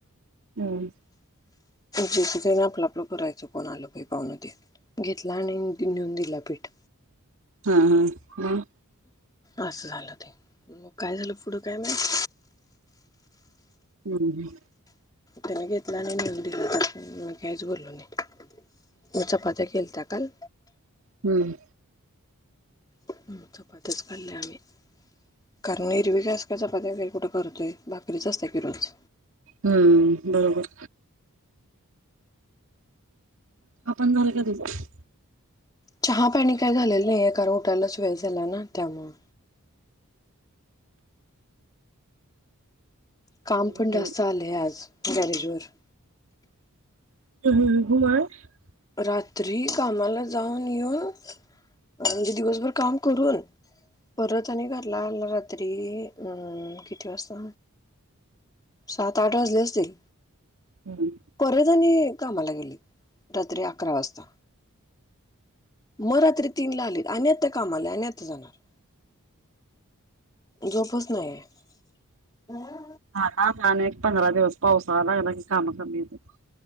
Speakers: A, on the right; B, on the left.
A: हम.
B: जेच तेन आपलं आपलं करायचं. कोण आल पावन ते? घेतला आणि नेऊन दिला पीठ.
A: हा हा. मग?
B: असं झालं ते. मग काय झालं पुढं काय माहीत.
A: हम् हम.
B: त्याने घेतला आणि नेऊन दिला, तर मी काहीच बोललो नाही. चपात्या केलत्या काल
A: हम्म
B: हम् चपात्याच खाल्ल्या आम्ही. कारण एरवी जास्त काय चपात्या जाईत कुठं करतोय, भाकरीच असत्या की रोज.
A: हम्म बरोबर. चहा पाणी झालं का तुझं?
B: चहा पाणी काय झालेलं नाही कार उटायलाच वेळ झाला ना त्यामुळ. काम
A: झाले
B: पण जास्त आलेय आज गॅरेजवर.
A: <unintelligible>
B: रात्री कामाला जाऊन येऊन म्हणजे दिवसभर काम करून परत आणि घरला आला रा तरी अ किती वाजता? सात आठ वाजले असतील.
A: हम्म
B: परत आणि कामाला गेलीत रात्री अकरा वाजता. म रात्री तीन ला आलेत आणि आता काम आलय आणि आता जाणार. झोपच नाही आहे. वया
A: हा ना आणि एक पंधरा दिवस पावसाळा लागला की काम कमी येतात.